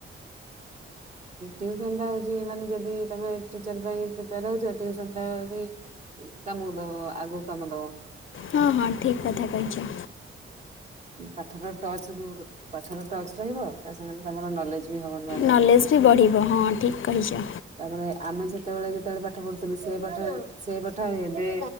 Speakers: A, on the right (about 35°); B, on the left (about 70°).
A: ଟିଉସନ ଟା ହଉଛି ମାନେ ଯଦି ତମେ ଟିଚର ପାଇଁ ପ୍ରିପେୟାର ହଉଛ ଟିଉସନ ଟା ବି କାମକୁ ଦବ ଆଗକୁ କାମ ଦବ।
B: ହଁ ହଁ ଠିକ୍ କଥା କହିଛ।
A: ପାଥର ଟଚ ସବୁ ପାଥର ଟଚ ରହିବ ତା ସାଙ୍ଗରେ ତମର ନଲେଜ ହବ ନୂଆ ନୂଆ
B: ନଲେଜ୍
A: <unintelligible>
B: ବି ବଢ଼ିବ ହଁ ଠିକ୍ କହିଛ
A: ତାପରେ ଆମେ ସେତେବେଳେ ଯେତେବେଳେ ପାଠ ପଢୁଥିଲୁ ସେ ପାଠ ସେ ପାଠ ଏବେ